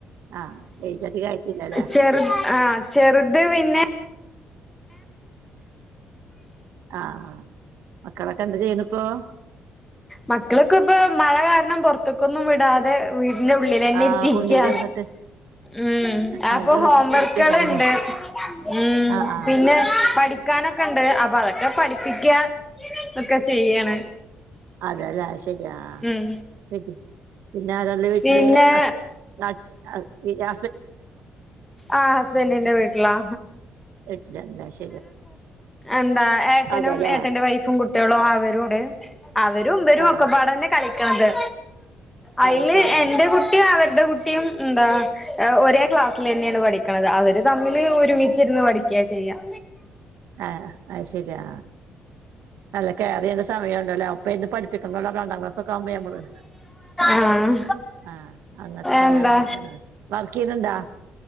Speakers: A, on the right; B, in the centre.
A: ആഹ് ഏജ് അധികം ആയിട്ടില്ലാ ല്ലെ
B: ചെറു ആഹ് ചെറുത് പിന്നെ
A: ആഹ് മക്കളൊക്കെ എന്താ ചെയ്യുന്നിപ്പോ
B: മക്കള്ക്കെ ഇപ്പൊ മഴ കാരണം പുറത്ത്ക്കൊന്നും വിടാതെ വീ ഇന്റെഉള്ളിൽ തന്നെ
A: ആഹ്
B: ഇരിത്തിരിക്ക
A: ഉള്ളി കിടന്നിട്ട്
B: ഉ
A: അവര്
B: അപ്പൊ ഹോം വർക്കുകൾ
A: ഇരിക്കണ്ടാവൂലേ
B: ഉണ്ട് ഉം
A: ആഹ് ആഹ്
B: പിന്നെ പഠി പഠിക്കാനൊക്കെ ഉണ്ട് അപ്പൊ അതൊക്കെ പഠിപ്പിക്കാ ഒക്കെ ചെയ്യയാണ്
A: അതല്ലേ ശരിയാ
B: ഉം
A: വിട്ടി പിന്നെ ആരാള് വീട്ടില്
B: പിന്നെ
A: ഹസ്ബൻഡ് നാട്ടിലാ
B: ആ ഹസ്ബൻറിന്റെ വീട്ടിലാ
A: വിട്ടില
B: എന്താ ഏട്ടനും
A: അതെല്ലേ
B: ഏട്ടൻ്റെ വൈഫും കുട്ടികളും അവരുട്. അവരും ഇവരും
A: ആഹ്
B: ഒക്കെപാട് തന്നെ കളിക്കണത് അതില്
A: ആഹ് ശരി
B: എന്റെ
A: ആഹ്
B: കുട്ടി ന്റെ കുട്ടിയ അവരുടെ കുട്ടിയും എന്താ ഒരേ ക്ലാസ്സിൽ തന്നെയാണ് പഠിക്കണത്. അവര് തമ്മില് ഒരുമിച്ചിരുന്ന് പഠിക്കുകയ ചെയ്യാം.
A: ആഹ് അതു ശരിയാ അല്ല കേയറ് ഒരു സമയം ഉണ്ടല്ലോ അപ്പ ഇന്ന് പഠിപ്പ് ഠിക്ക രണ്ടാം ക്ലാസ് ഒക്കെ ആവുമ്പോ നമ്മള്
B: ആഹ്
A: ആഹ് അങ്ങനത്തെ സമയങ്ങളായിട്ടാണ്
B: എന്താ
A: വർക്ക് ചെയ്യുന്നുണ്ടോ?